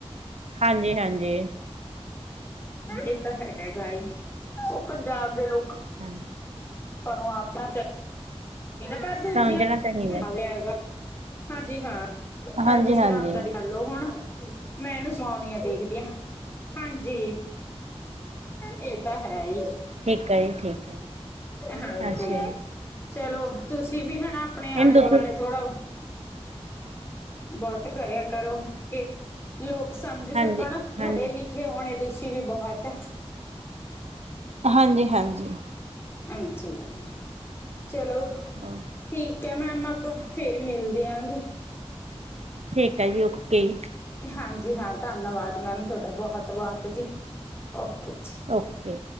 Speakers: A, on the right; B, on the left.
A: ਹਾਂਜੀ। ਹਾਂਜੀ-ਹਾਂਜੀ।
B: ਇਹ ਤਾਂ ਹੈਗਾਹੀ, ਉਹ ਪੰਜਾਬ ਦੇ ਲੋਕ
A: ਹੂੰ।
B: ਪਰ ਆਪਣਾ ਚਾਹੀ ਪਰ ਦੂਜੀਆਂ
A: ਸਮਝਣਾ ਚਾਹੀਦਾ
B: ਥਾ ਤੇ ਹੈਗਾ ਹਾਂਜੀ-ਹਾਂ, ਚੱਲ
A: ਹਾਂਜੀ
B: ਤੁਸੀਂ
A: ਹਾਂਜੀ
B: ਆਰਾਮਦਾਰੀ ਲੋ ਹੁਣ, ਮੈਂ ਇਹਨੂੰ ਸੁਣਾਉਦੀ ਆ ਦੇਖਦੀ ਹਾ, ਹਾਂਜੀ। ਇਹ ਤਾਂ ਹੈਹੀ,
A: ਠੀਕ ਹੈ ਜੀ ਠੀਕ ਹੈ
B: ਹਾਂਜੀ।
A: ਅੱਛਾ ਜੀ
B: ਚਲੋ, ਤੁਸੀਂ ਵੀ ਹੈਣਾ ਆਪਣੇ ਆਲੇ
A: ਇਹਨੂੰ ਦੁੱਧ
B: ਦੁਆਲੇ ਥੋੜਾ ਬਾਤ ਕਰਿਆ ਕਰੋ ਕਿ ਲੋਕ ਸਮਝ
A: ਹਾਂਜੀ
B: ਸਕਣ,
A: ਹਾਂਜੀ
B: ਪੜ੍ਹੇ-ਲਿਖੇ ਹੋਣੇ ਤੁਸੀਂ ਵੀ ਬਹੁਤ
A: ਹਾਂਜੀ-ਹਾਂਜੀ।
B: ਹਾਂਜੀ, ਚਲੋ।
A: ਹੋਰ
B: ਠੀਕ ਹੈ ਮੈਮ ਆਪਾਂ ਫਿਰ ਮਿਲਦੇ ਆਗ
A: ਠੀਕ ਆਜੀ, ਓਕੇ ਜੀ।
B: ਹਾਂਜੀ-ਹਾਂ, ਧੰਨਵਾਦ ਮੈਮ ਤੁਹਾਡਾ ਬਹੁਤ, -ਬਹੁਤ ਜੀ, ਓਕੇ ਜੀ।
A: ਓਕੇ।